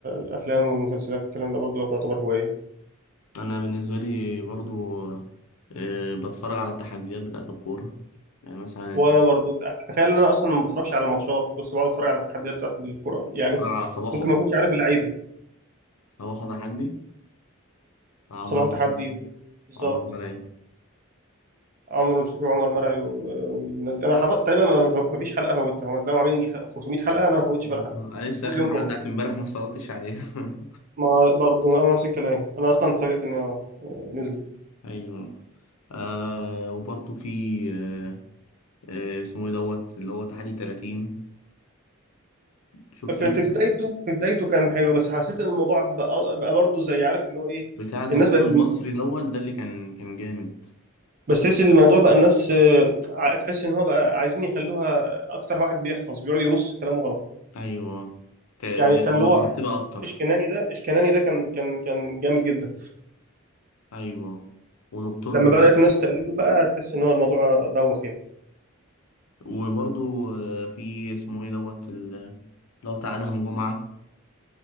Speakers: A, on the right; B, on the left.
A: الافلام والمسلسلات والكلام ده برضه لو تعتبر هوايه
B: أنا بالنسبة لي برضو آه، بتفرج على التحديات بتاعة الكورة يعني مثلا
A: وانا برضه تخيل ان انا اصلا ما بتفرجش على الماتشات بس بقعد اتفرج على التحديات بتاعت الكوره <laughs> يعني
B: بتفرج على صباحه
A: ممكن ما اكونش عارف اللعيبه
B: صباحه تحدي عمرو
A: صباح تحدي
B: نصوحي،
A: و- بالظبط
B: عمر مرعي
A: عمرو نصوحي وعمر مرعي و- والناس دي انا حفظت تقريبا ما ما- ما فيش حلقه فوتها هم تلاقيهم عاملين يجي 500 حلقه انا ما فوتش
B: بالظبط.
A: ولا حلقه
B: أنا لسه
A: كل
B: آخر
A: يوم
B: حلقة
A: جمعه
B: بتاعت إمبارح ما اتفرجتش عليها <laughs>
A: ما برضه انا نفس الكلام انا اصلا اتفاجئت انها آه، نزلت
B: ايوه آه وبرضه في آه آه اسمه ايه دوت اللي هو تحدي 30 شفت
A: في
B: انت
A: في بدايته في بدايته كان حلو بس حسيت ان الموضوع بقى, بقى برضه زي عارف اللي هو ايه
B: بتاع الدكتور
A: الناس بقت
B: المصري دوت ده اللي كان كان جامد
A: بس تحس ان الموضوع بقى الناس آه، ع- تحس ان هو بقى عايزين يخلوها اكتر واحد بيحفظ بيقعد يرص كلامه خلاص
B: ايوه تا-
A: يعني
B: بقت
A: كان اللي
B: مترتبة
A: هو
B: اكتر
A: اشكناني ده اشكناني ده كان كان كان جامد جدا
B: ايوه ودكتور
A: لما بدات الناس تقلده بقى تحس ان هو الموضوع بوخ يعني
B: وبرضه آه، في اسمه ايه دوت ال- لو بتاع ادهم جمعة